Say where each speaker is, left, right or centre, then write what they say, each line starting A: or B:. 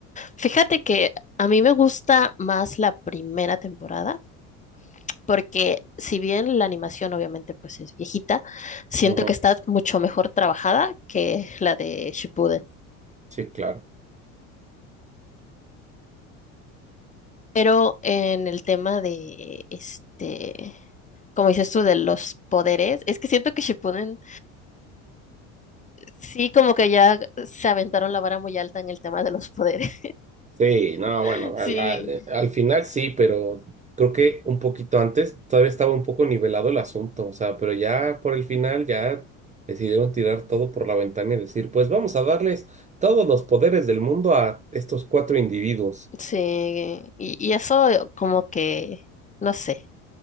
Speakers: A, on the left; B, on the right.
A: Fíjate que a mí me gusta más la primera temporada, porque si bien la animación obviamente pues es viejita, siento
B: Ujú.
A: que está mucho mejor trabajada que la de Shippuden.
B: Sí, claro.
A: Pero en el tema de este, como dices tú, de los poderes, es que siento que Shippuden sí como que ya se aventaron la vara muy alta en el tema de los poderes.
B: Sí, no,
A: <laughs>
B: bueno,
A: Sí,
B: a la- eh, al final sí, pero creo que un poquito antes todavía estaba un poco nivelado el asunto, o sea, pero ya por el final ya decidieron tirar todo por la ventana y decir, pues vamos a darles todos los poderes del mundo a estos cuatro individuos.
A: sí, y, y eso como que, no sé,